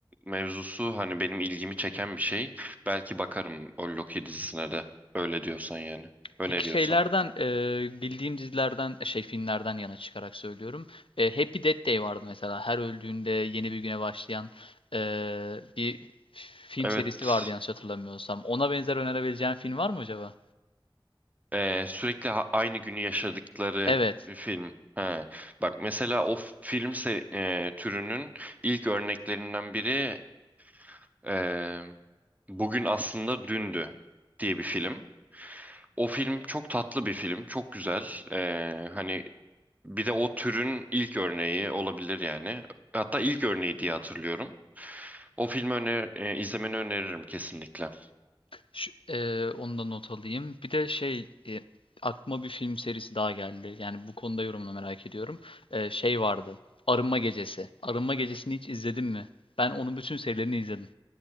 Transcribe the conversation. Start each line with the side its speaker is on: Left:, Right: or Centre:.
Right: mevzusu hani benim ilgimi çeken bir şey. Belki bakarım o Loki dizisine de. Öyle diyorsan yani. Öneriyorsan.
Left: Peki şeylerden e, bildiğim dizilerden e, şey filmlerden yana çıkarak söylüyorum. E, Happy Death Day vardı mesela. Her öldüğünde yeni bir güne başlayan e, bir film
Right: Evet.
Left: serisi vardı yanlış hatırlamıyorsam. Ona benzer önerebileceğin film var mı acaba?
Right: Ee, sürekli ha- aynı günü yaşadıkları
Left: Evet.
Right: bir film. Ha. Bak mesela o f- film se- e, türünün ilk örneklerinden biri e, Bugün Aslında Dündü diye bir film. O film çok tatlı bir film, çok güzel. Ee, hani bir de o türün ilk örneği olabilir yani. Hatta ilk örneği diye hatırlıyorum. O filmi öner e, izlemeni öneririm kesinlikle.
Left: Şu, e, onu da not alayım. Bir de şey e, aklıma bir film serisi daha geldi. Yani bu konuda yorumunu merak ediyorum. E, şey vardı. Arınma Gecesi. Arınma Gecesi'ni hiç izledin mi? Ben onun bütün serilerini izledim.